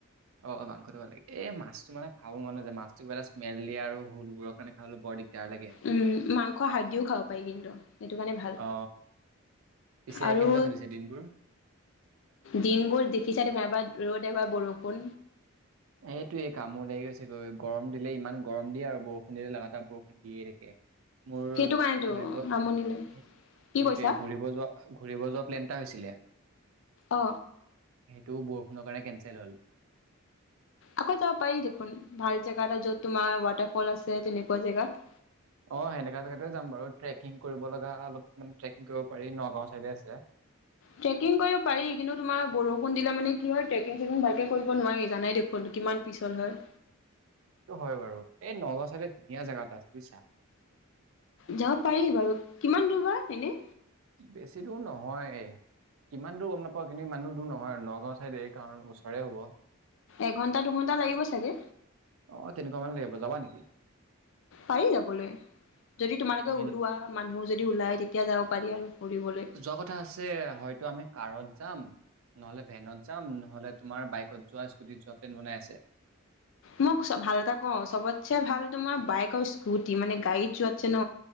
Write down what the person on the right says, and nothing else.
অ মাংসটো ভাল লাগে এই মাছটো মানে খাব মন নাযায় মাছটো কিবাটা স্মেল দিয়ে আৰু সেইবোৰৰ কাৰণে খাবলৈ বৰ দিগদাৰ। লাগে।
অ পিছে
কেনেকুৱা চলিছে দিনবোৰ?
এইটোয়ে কামো লাগি গৈছে গৈ গৰম দিলে ইমান গৰম দিয়ে আৰু বৰষুণ দিলে লাগাটা বৰষুণ দিয়ে থাকে। মোৰ
ঘূৰিব
সেইটোৱে
ঘূৰিব যোৱা ঘূৰিব যোৱা প্লেন এটা হৈছিলে
সেইটো বৰষুণৰ কাৰণে কেঞ্চেল হ'ল।
অ সেনেকা জেগাতে যাম বাৰু ট্ৰেকিং কৰিব লগা অলপ মান ট্ৰেকিং কৰিব পাৰি নগাঁও চাইডে আছে।
সেইটো হয় বাৰু এই নগাঁও চাইে ধুনীয়া জেগা এটা আছে বুজিছা
বেছি দূৰ নহয় এই কিমান দূৰ গম নাপাও কিন্তু ইমান দূৰ নহয় নগাঁও চাইদে এই কাৰণ ওচৰে হ'ব
অ তেনেকুৱা মানে <unintelligible>
আমি
যোৱা কথা আছে হয়তো আমি কাৰত যাম নহলে ভেনত যাম নহলে তোমাৰ বাইকত যোৱা স্কুটিত যোৱা প্লেন বনাই আছে